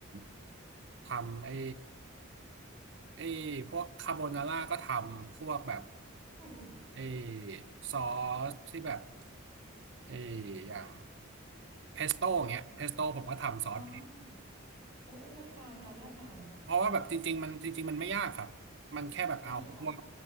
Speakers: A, on the right; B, on the right.
A: ำทำไอ้ไอ้พวกคาโบนาร่าก็ทำพวกแบบ
B: อืมอืม
A: ไอ้ซอสที่แบบไอ้อย่างเพสโต้เงี้ยเพสโต้ผมก็ทำซอส
B: อ๋อโอ้โอ้น่าทานค่ะน่าทาน
A: เพราะว่าแบบจริงๆมันจริงๆมันไม่ยากครับมันแค่แบบเอาพวก
B: เออค่ะ